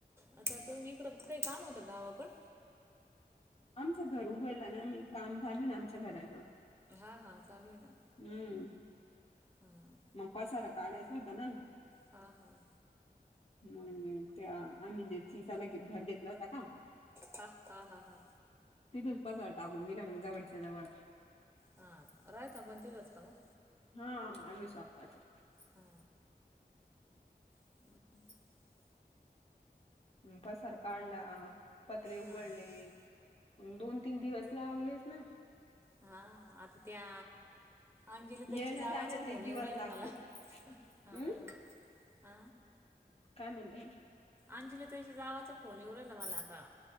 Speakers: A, on the right; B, on the left.
A: आता तू इकडं, काही काम होतं का, गावाकड?
B: आमचं घर उघडला ना आम्ही. काम झाल ना आमच्या घराच.
A: हा, हा. चालूय ना.
B: हम्म.
A: हां.
B: मग, पसारा काढायचा व्हता ना.
A: हां हां
B: मग, त्या आम्ही जे चिसाला, घर घेतला होता का?
A: हां हां हां हां
B: तिथूनच पसारा टाकून दिला. मग जवळच्या- जवळ.
A: हा. राहता पण, तिथेच का मग?
B: हा. आनुसआप्पाचा.
A: हा. <unintelligible>
B: हम्, पसार काढला. पत्रे उघडले.
A: हां का
B: दोन - तीन दिवस लावलेच ना.
A: हा. आता त्या अंजली ताईच्या,
B: यायला
A: जावाचा
B: जायलाच
A: फोन
B: एक दिवस
A: येऊ राहिला
B: लागतो
A: मला. हा.
B: हम्
A: ह.
B: काय म्हणतेय?
A: अंजली ताईच्या, जावाचा फोन येऊ राहिला मला, आता.